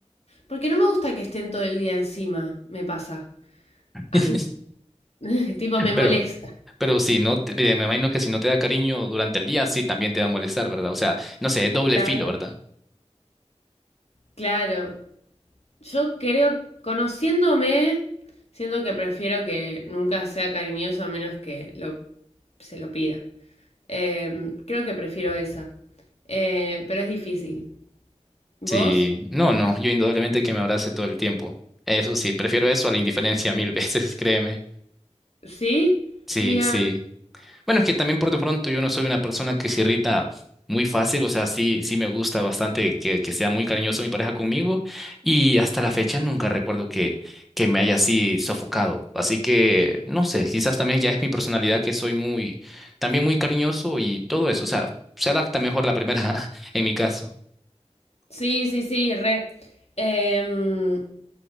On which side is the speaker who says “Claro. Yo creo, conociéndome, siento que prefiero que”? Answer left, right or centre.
Left